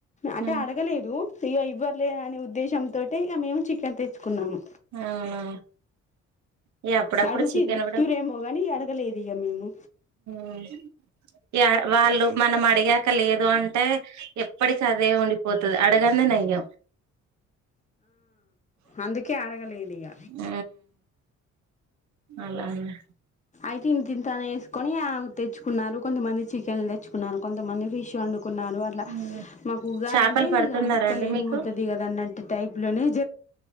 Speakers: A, on the left; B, on the right.
A: అంటే
B: ఉమ్
A: అడగలేదు ఇగ ఇవ్వ అక్కర్లేదనే ఉద్దేశంతోటె ఇగ మేము చికెన్ తెచ్చుకున్నాము.
B: అవునా ఇగ అప్పుడప్పుడు
A: అడుగుతె
B: చికెన్
A: ఇద్ స్తురేమో కాని, ఇగ అడగలేదు ఇగ మేము.
B: మ్ ఇగ వాళ్ళు మనం అడిగాక లేదు అంటే, ఎప్పటికి అదే ఉండిపోతది. అడగందే నయ్యం.
A: అందుకే అడగలేదు ఇక
B: మ్ అలా అయినా
A: ఐతే తిని తానే వేసుకొని తెచ్చుకున్నారు కొంతమంది చికెన్ తెచ్చుకున్నారు కొంతమంది ఫిష్ వండుకున్నారు అట్లా
B: ఉమ్
A: మాకు ఉగాదంటే
B: చేపలు పడుతున్నారా
A: ఇక మోక్క
B: అండి
A: లేనిదే
B: మీకు
A: ముద్ద దిగదు అన్నట్టు ది టైప్ లోనే